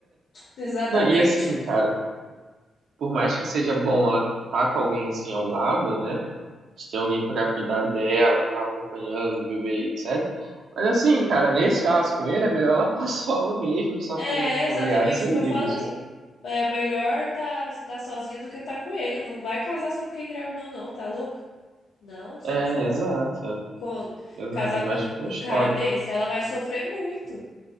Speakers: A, on the left; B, on the right.
A: exatamente.
B: Não, e assim, cara, por mais que seja bom ela tá com alguém assim ao lado, né? de ter alguém para cuidar dela, tá acompanhando o bebê, etc. Mas assim, cara, nesse caso com ele, é melhor ela <laughs> passar aula mesmo, só
A: É
B: com os familiares
A: exatamente
B: e amigos.
A: o que eu falei. É melhor tá, tá sozinha do que tá com ele. Não vai casar só porque engravidou, não, tá louca? Não, sai
B: É,
A: fora.
B: exato,
A: Co-
B: exato,
A: casar
B: não
A: com
B: mexe com
A: um
B: história.
A: cara desse, ela vai sofrer muito.